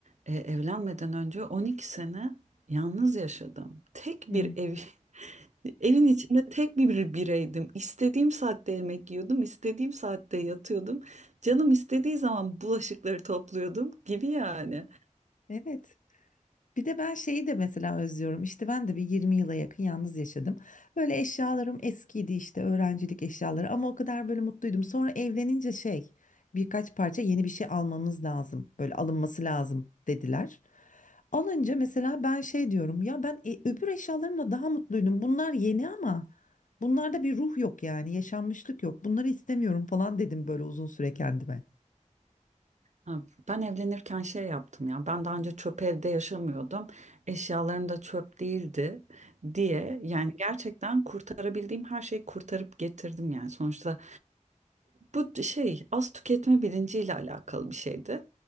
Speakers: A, on the right; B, on the left.
A: e, evlenmeden önce 12 sene yalnız yaşadım. Tek bir
B: Evet.
A: ev, <laughs> evin içinde tek bir bireydim. İstediğim saatte yemek yiyordum, istediğim saatte yatıyordum. Canım istediği zaman bulaşıkları topluyordum gibi yani.
B: Evet. Bir de ben şeyi de mesela özlüyorum. İşte ben de bir 20 yıla yakın yalnız yaşadım. Böyle eşyalarım eskiydi işte öğrencilik eşyaları ama o kadar böyle mutluydum. Sonra evlenince şey birkaç parça yeni bir şey almamız lazım. Böyle alınması lazım dediler. Alınca mesela ben şey diyorum ya ben e, öbür eşyalarımla daha mutluydum. Bunlar yeni ama bunlarda bir ruh yok yani yaşanmışlık yok. Bunları istemiyorum falan dedim böyle uzun süre kendime.
A: Ha, Ben evlenirken şey yaptım ya. Ben daha önce çöp evde yaşamıyordum. Eşyalarım da çöp değildi diye yani gerçekten kurtarabildiğim her şeyi kurtarıp getirdim yani. Sonuçta bu şey az tüketme bilinciyle alakalı bir şeydi.